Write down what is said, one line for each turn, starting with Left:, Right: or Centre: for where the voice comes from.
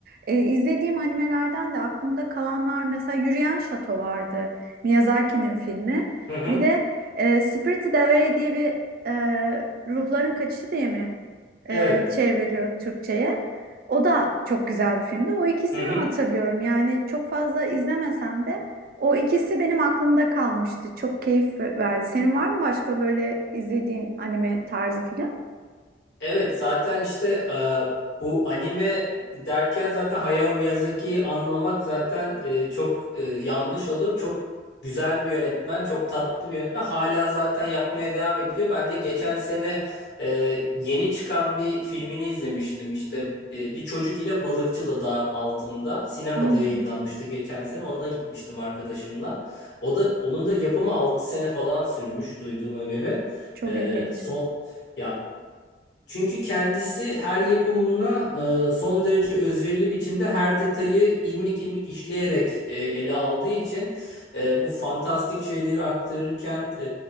Right: E, izlediğim animelerden de aklımda kalanlar mesela Yürüyen Şato vardı. Miyazaki'nin filmi.
Left: Hı hı.
Right: Bir de e, Spirited Away diye bir e, ruhların kaçışı diye mi?
Left: Evet.
Right: e, çevriliyor Türkçe'ye. O da çok güzel bir filmdi. O ikisini
Left: Hı hı.
Right: hatırlıyorum. Yani çok fazla izlemesem de o ikisi benim aklımda kalmıştı. Çok keyif verdi. Senin var mı başka böyle izlediğin anime tarzı film?
Left: Evet zaten işte e, bu anime derken zaten Hayao Miyazaki'yi anlamak zaten e, çok e, yanlış olur. Çok güzel bir yönetmen, çok tatlı bir yönetmen. Hala zaten yapmaya devam ediyor. Ben de geçen sene e, yeni çıkan bir filmini izlemiştim. İşte e, bir çocuk ile balıkçılı dağ altında sinemada
Right: Hmm,
Left: yayınlanmıştı geçen sene. Ona gitmiştim arkadaşımla. O da onun da yapımı 6 sene falan sürmüş duyduğuma göre.
Right: çok
Left: E,
Right: ilginç.
Left: son ya çünkü kendisi her yapımına e, son derece özverili biçimde her detayı ilmik ilmik işleyerek e, ele aldığı için e, bu fantastik şeyleri aktarırken e,